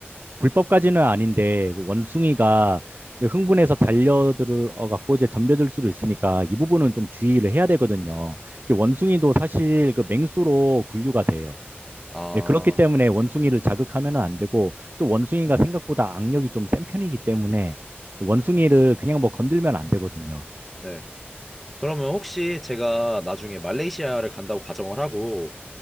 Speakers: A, on the right; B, in the centre.
A: 불법까지는 아닌데, 그 원숭이가 흥분해서 달려들어 갖고 이제 덤벼들 수도 있으니까 이 부분은 좀 주의를 해야 되거든요. 이게 원숭이도 사실 그 맹수로 분류가 돼요.
B: 아,
A: 네, 그렇기 때문에 원숭이를 자극하면 안 되고, 또 원숭이가 생각보다 악력이 좀 센 편이기 때문에 원숭이를 그냥 뭐 건들면 안 되거든요.
B: 네. 그러면 혹시 제가 나중에 말레이시아를 간다고 가정을 하고